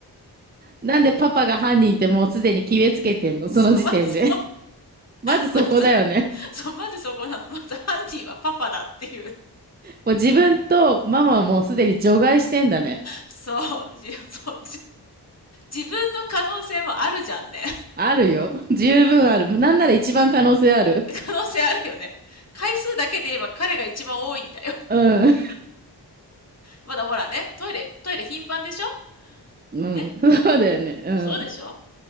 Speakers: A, on the right; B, on the left.
A: なんでパパが犯人ってもうすでに決めつけてんのその時点で。
B: そう、ま、ず
A: <laughs> まずそこだよね。
B: まず、そう、まずそこなの。まず犯人はパパだっていう。
A: もう自分とママはもうすでに除外してんだね。
B: そう、そう、自分の可能性もあるじゃんね。
A: あるよ。<laughs> 十分ある。なんなら一番可能性ある。
B: 可能性あるよね。回数だけで言えば彼が一番多いんだよ。
A: うん。
B: まだほらね、トイレ、トイレ頻繁でしょ
A: うん。
B: ね。
A: <laughs> そうだよね。
B: そうでしょ
A: う